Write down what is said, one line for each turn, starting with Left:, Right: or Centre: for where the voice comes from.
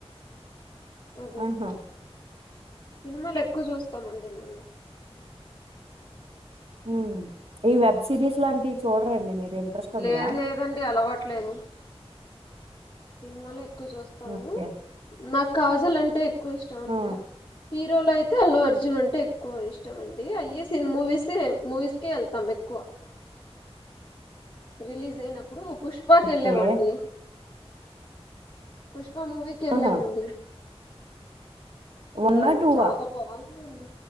Left: అదేనండి
Right: ఆహా
Left: సినిమాలె ఎక్కువ చూస్తామండి మేము
Right: మ్ ఈ వెబ్ సిరీస్ లాంటివి చూడరాండి మీరు ఇంట్రెస్ట్ ఉండదా
Left: లేదు లేదండి అలవాటులేదు సినిమాలే ఎక్కువ చూస్తాము
Right: ఓకే
Left: నాకు కాజల్ అంటే ఎక్కువ ఇష్టమండి
Right: ఆ
Left: ఇగ హీరోలో అయితే అల్లు అర్జున్ అంటే ఎక్కువ ఇష్టం అండి అయ్యే సిని మూవీసే మూవీస్కే వెళ్తాం ఎక్కువ క్కువ రిలీజ్ అయినప్పుడు పుష్పాకి
Right: ఓకే
Left: ఎళ్ళామండి పుష్ ప మూవీకి ఎళ్ళామండి
Right: ఆహా
Left: అసలు
Right: వన్ ఆ టూ
Left: చాలా
Right: ఆ
Left: బావున్